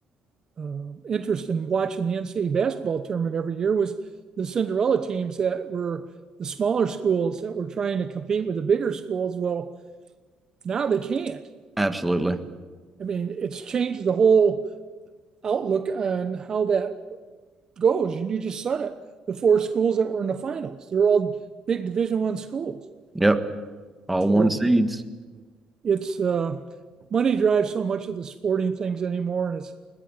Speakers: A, on the right (about 30°); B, in the centre.
A: uh, interest in watching the NCAA basketball tournament every year was the Cinderella teams that were the smaller schools that were trying to compete with the bigger schools. Well, now they can't.
B: Absolutely.
A: I mean, it's changed the whole outlook on how that goes. And you just said it. The four schools that were in the finals, they're all big Division One schools.
B: Yep. All
A: So
B: one seeds.
A: it's uh, money drives so much of the sporting things anymore, and it's